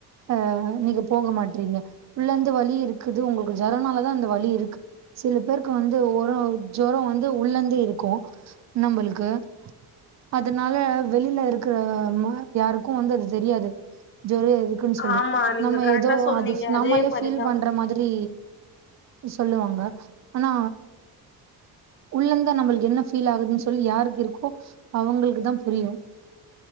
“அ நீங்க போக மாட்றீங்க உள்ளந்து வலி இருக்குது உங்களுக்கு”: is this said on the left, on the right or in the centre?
Right